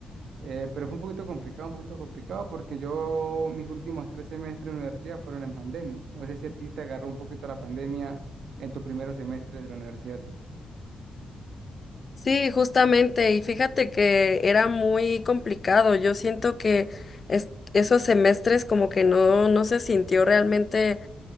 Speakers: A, on the right; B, on the left.
A: eh, pero fue un poquito complicado, un poquito complicado porque yo mis últimos tres semestres de universidad fueron en pandemia. No sé si a ti te agarró un poquito la pandemia en tus primeros semestres de la universidad.
B: Sí, justamente, y fíjate que era muy complicado. Yo siento que es- esos semestres como que no, no se sintió realmente